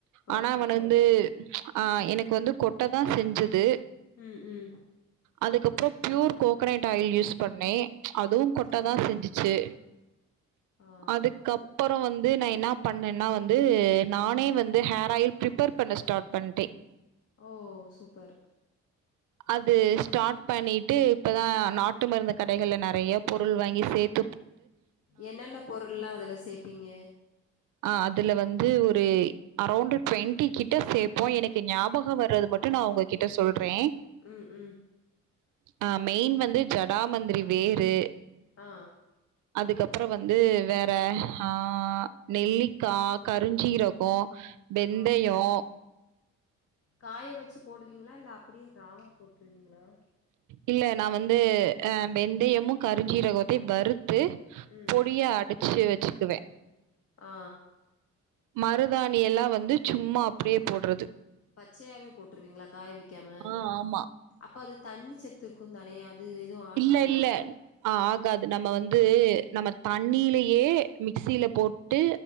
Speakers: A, on the right; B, on the left.
A: ஆனா
B: ஓகே
A: வந் து ஆ எனக்கு வந்து கொட்ட தா செஞ்சது
B: ம் ம்
A: அதுக்கப்பறோ ப்யூர் கோகனேட் ஆயில் யூஸ் பண்ணே அதுவு கொட்டதா
B: ஆ
A: செஞ்சுச்சு
B: ஆ
A: அதுக்கப் ப்பறோ வந்து நா என்ன பண்ணேன்னா வந்து நானே வந்து ஹேர் ஆயில் ப்ரிப்பேர் பண்ண ஸ்டார்ட் பண்டே
B: ஓ சூப்பர்
A: அது ஸ்டாட் பண்ணிட்டு இப்பதா நாட்டு மருந்து கடைகள்ல நெறய பொருள் வாங்கி சேத்
B: என்னென்ன பொருள்லா அதுல சேப்பீங்க
A: ஆ அதுல வந்து ஒரு அரௌண்டு ட்வெண்டி கிட்ட சேப்போ எனக்கு ஞாபகோ வர்றது மட்டு நா உங்ககிட்ட சொல்றே
B: ம் ம்
A: ஆ மெயின் வந்து ஜடாமந்திரி வேரு
B: ஆ
A: அதுக்கப்பறோ வந்து வேற ஆ நெல்லிக்கா கருஞ்சீரகோ வெந்தயோ
B: ஆ காய வெச்சு போடுவீங்களா இல்ல அப்படியே ராவா போட்ருவீங்களா
A: இல்ல நா வந்து அ வெந்தயமு கருஞ்சீரகத்தயு வறுத்து
B: ம்
A: பொடிய அடிச்சு வெச்சுக்குவே
B: ஆ
A: மருதாணியெல்லா வந்து சும்மா அப்படியே போட்றது
B: பச்சயாவே போட்ருவீங்களா காய வெக்காம
A: ஆ, ஆமா.
B: அப்ப அது தண்ணி செத்துருக்குந்தானே அது எதுவு ஆகாதா
A: இல்ல இல்ல ஆ ஆகாது நம்ம வந்து நம்ம தண்ணிலியே மிக்சில போட்டு